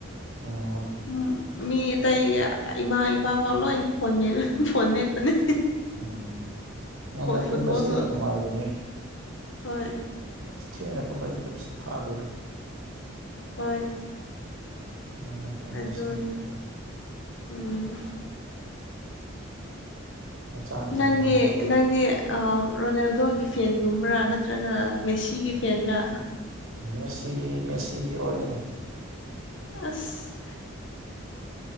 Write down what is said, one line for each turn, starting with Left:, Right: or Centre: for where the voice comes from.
Right: ꯑꯣ
Left: ꯎꯝ ꯃꯤ ꯇꯇꯩ ꯏꯃꯥ ꯏꯄꯥꯥ ꯀꯂꯣ ꯐ ꯐꯣꯟꯄꯅꯤ
Right: ꯎꯝ ꯉꯟꯅ
Left: ꯐꯨꯠꯕꯜꯁꯨ
Right: ꯇꯨꯝꯕꯁꯦ ꯅꯨꯡꯉꯥꯏꯕꯅꯦ
Left: ꯍꯣꯏ
Right: ꯑꯁ ꯊꯦꯡꯉ ꯇꯨꯝꯕꯁꯤ ꯇꯨꯝ ꯁꯤꯠ ꯐꯥꯗꯦꯗ
Left: ꯍꯣꯏ
Right: <unintelligible>
Left: ꯑꯗꯨꯅ
Right: ꯐꯩ
Left: ꯎꯝ
Right: ꯍꯛꯆꯥꯡꯁꯨ
Left: ꯅꯪꯗꯤ
Right: ꯅꯨꯡꯉꯥꯏꯕꯀꯣ
Left: ꯅꯪꯗꯤ ꯔꯣꯅꯦꯜꯗꯣꯒꯤ ꯐꯦꯟꯒꯨꯝꯕ꯭ꯔꯥ ꯅꯠꯇ꯭ꯔꯒ ꯃꯦꯁꯤꯒꯤ ꯐꯦꯟꯗ
Right: ꯃꯦꯁꯤ ꯃꯦꯁꯤ ꯑꯣꯏꯔꯅꯤ
Left: ꯑꯁ